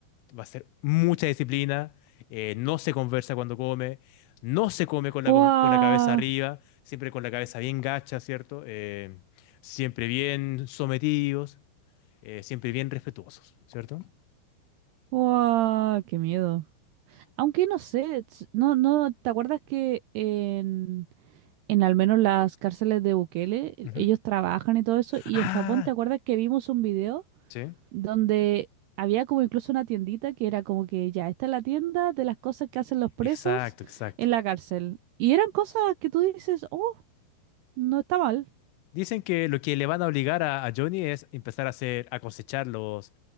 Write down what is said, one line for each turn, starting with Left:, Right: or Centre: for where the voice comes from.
Left: Va a ser mucha disciplina, eh, no se conversa cuando come, no se come con la,
Right: ¡Wow!
Left: con con la cabeza arriba, siempre con la cabeza bien gacha, ¿cierto? Eh, siempre bien sometidos eh, siempre bien respetuosos, ¿cierto?
Right: ¡Wow! ¡Qué miedo! Aunque no sé, ts- no, no, ¿te acuerdas que en, en al menos las cárceles de Bukele, el-
Left: Ujú.
Right: ellos trabajan y todo eso. Y
Left: Ah,
Right: en Japón, ¿te acuerdas que vimos un video
Left: Sí.
Right: donde había como incluso una tiendita que era como que ya, esta es la tienda de las cosas que hacen los presos
Left: exacto, exacto.
Right: en la cárcel? Y eran cosas que tú dices, oh, no está mal.
Left: Dicen que lo que le van a obligar a, a Johnny es empezar a hacer, a cosechar los,